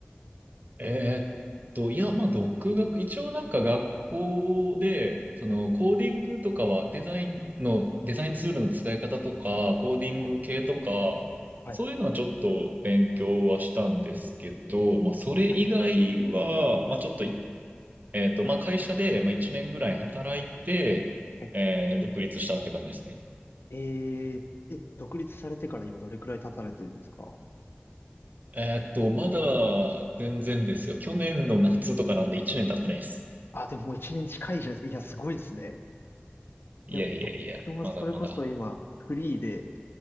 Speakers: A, on the right; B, on the left.
A: えーっと、いや、まあ、独学、一応なんか学校で、その、コーディングとかは、デザインの、デザインツールの使い方とか、コーディング系とか、
B: いはい
A: そういうのはちょっと勉強はしたんですけど、まあ、それ以外は、
B: はい
A: まあ、ちょっとい、えーっと、まあ、会社で、まあ、1年ぐらい働いて、
B: はい
A: えー独立したって感じですね。
B: えー、え、独立されてから今どれくらい経たれてるんですか
A: えーっと、まだ、全然ですよ。去年の夏とかなんで1年経ってないです。
B: あ、でももう一年近いじゃないですか。いや、すごいですね。
A: いやいやいや、
B: いや、僕もそれこそ今、
A: まだまだ。
B: フリーで